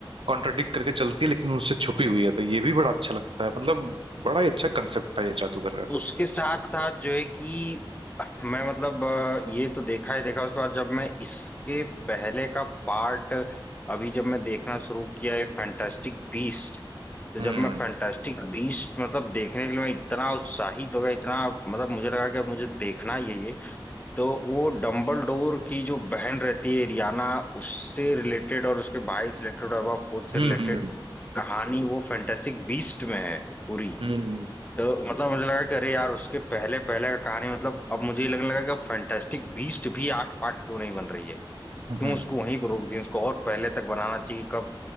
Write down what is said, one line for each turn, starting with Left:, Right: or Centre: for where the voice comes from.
Right: कॉन्ट्रडिक्ट करके चलती है लेकिन उससे छुपी हुई है तो ये भी बड़ा अच्छा लगता है मतलब बड़ा ही अच्छा कंसेप्ट था ये जादूगर का
Left: उसके साथ साथ जो है कि मैं मतलब अ, ये तो देखा ही देखा उसके बाद जब मैं इसके पहले का पार्ट अभी जब मैं देखना शुरू किया है फैंटास्टिक बीस्ट तो
Right: हम्म
Left: जब मैं फैंटास्टिक बीस्ट मतलब देखने के लिए मैं इतना उत्साहित हो गया इतना मतलब मुझे लगा कि अब मुझे देखना ही है ये तो वो डंबलडोर की जो बहन रहती है रियाना उससे रिलेटेड और उसके भाई से रिलेटेड और एबा फोर्थ से
Right: हम्म
Left: रिलेटेड
Right: हम्म
Left: कहानी वो फैंटास्टिक बीस्ट में है पूरी
Right: हम्म
Left: तो मतलब मुझे लगा कि अरे यार उसके पहले पहले का कहानी मतलब अब मुझे ये लगने लगा कि अब फैंटास्टिक बीस्ट भी आठ पार्ट क्यों नहीं बन रही है क्यों
Right: हम्म
Left: उसको वहीं पर रोक दिया उसको और पहले तक बनाना चाहिए कि कब